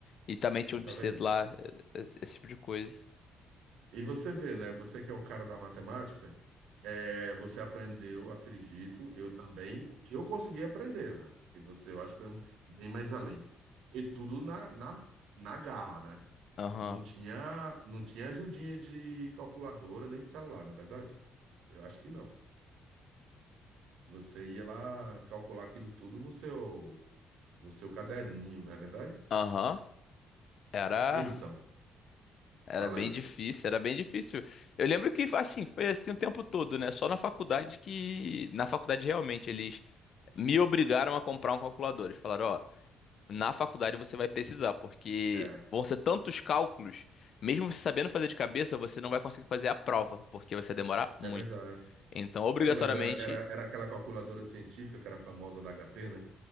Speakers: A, on the left; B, on the right.
A: e também
B: você
A: tinha um
B: tá
A: de C
B: vendo?
A: lá, eh, eh, esse tipo de coisa.
B: E você vê, né? Você que é o cara da matemática. É, você aprendeu, acredito, eu também, o que eu consegui aprender, né? Que você, eu acho que foi um bem mais além. Foi tudo na, na, na garra, né?
A: Aham.
B: Não tinha, não tinha ajudinha de calculadora nem de celular, não é verdade? Eu acho que não. Você ia lá calcular aquilo tudo no seu, no seu caderninho, não é verdade?
A: Aham. Era
B: Então,
A: era
B: fala
A: bem
B: aí.
A: difícil, era bem difícil. Eu lembro que assim, foi assim o tempo todo, né? Só na faculdade que na faculdade realmente eles me obrigaram a comprar um calculador. Eles falaram, ó, na faculdade você vai precisar, porque
B: É,
A: vão ser tantos cálculos, mesmo você sabendo fazer de cabeça, você não vai conseguir fazer a prova, porque você vai demorar muito.
B: é verdade.
A: Então, obrigatoriamente,
B: É, Eu lembro, era, era, era aquela calculadora científica que era famosa da HP, né?